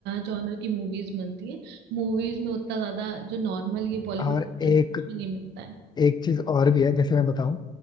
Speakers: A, on the right (about 85°); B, on the left (about 25°).
A: जॉनर की मूवीज मिलती है मूवीज में उतना ज्यादा जो नॉर्मल ये बॉलीवुड
B: और
A: में
B: एक
A: नहीं मिलता है
B: एक चीज और भी है जैसे मैं बताऊं